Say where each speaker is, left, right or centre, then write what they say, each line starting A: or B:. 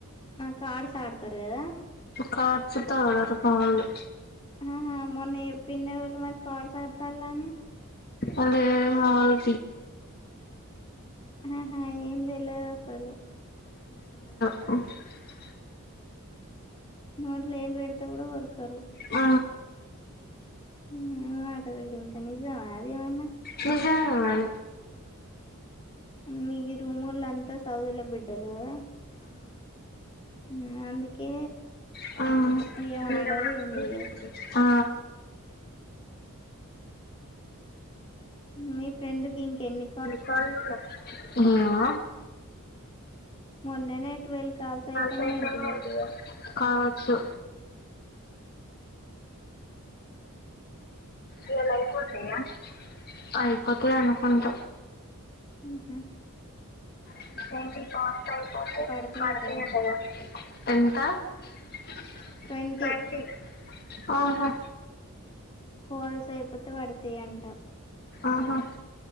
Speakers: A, on the left; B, on the left.
A: ఆ కార్డ్స్ ఆడతారు కదా
B: కార్డ్స్ తో ఆడరు మా వాళ్ళు
A: హ్మ మొన్న చెప్పింది ఎవలు మరి కార్డ్స్ ఆడతాల్లని
B: అదే మా వాళ్ళు
A: ఆహా ఏం తెల్వదు అసలు
B: <unintelligible> <inaudible>
A: నోట్లో ఏలు పెడితే కూడా కొరకరు
B: ఆ
A: ఊ అంటఅది సూడు ఇంక నిజామా అదేమన్నా
B: నిజమే మరి
A: మీ రూమోళ్ళంతా సదువుల బిడ్డలు కదా హూ అందుకే
B: ఆ ఆ
A: ఏం
B: ఇగ
A: ఆడరు
B: మాకు
A: ఏం చెయ్యరు
B: ఆ
A: మీ ఫ్రెండ్ కింకెన్ని
B: సరేలే ఆ
A: మొన్ననే ట్వెల్వ్ కాల్స్ అయిపోయినాయి
B: ఆ <unintelligible>
A: అంటివిగా
B: కావచ్చు ఇవాళ అయిపోతాయా అయిపోతాయ్ అనుకుంట
A: హ్మ్ హ్మ
B: ఎంత
A: పడతాయటగా ట్వంటి
B: ట్వంటీ ఆహా
A: కాల్స్ అయిపోతే పడతాయి అంట
B: ఆహా